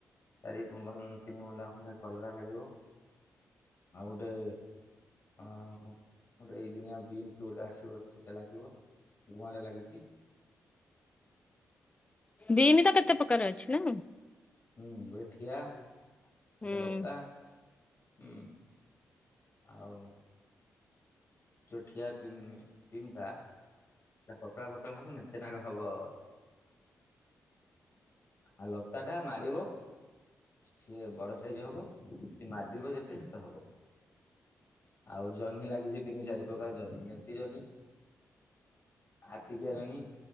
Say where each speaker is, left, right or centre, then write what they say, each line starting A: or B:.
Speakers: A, on the left; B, on the left.
A: ଚାରି ତିନି ବନ୍ଦା ଖଣ୍ଡେ କଲରା ଲାଗିବ ଆଉ ଗୋଟେ ହ ଗୋଟେ ଏଇ ଦିନିଆ, ବିନ୍ସ ଗୋଟେ ଆସିବ ସେଟା ଲାଗିବ। ଗୁଆଁରେ ଲାଗିଛି।
B: ବିନ ତ କେତେ ପ୍ରକାର ଅଛି ନା?
A: ହୁଁ ଗୋଟେ ଠିଆ,
B: ହୁଁ।
A: ଗୋଟେ ଲତା ହୁଁ। ଆଉ ଯୋଉ ଠିଆ ବିନ ଟା ସେ ପତଳା ପତଳା ହବ, ମେଞ୍ଚେନାକ ହବ। ଆଉ ଲତା ଟା ମାଡ଼ିବ ସିଏ ବଡ ସାଇଜ ହବ, ମାଡିବ ଯେତେ ସେତେ ହବ। ଆଉ ଜହ୍ନି ଲାଗିଛି, ତିନି ଚାରି ପ୍ରକାର ଜହ୍ନି ନେକଟି ଜହ୍ନି। ହାତୀକିଆ ଜନ୍ହି,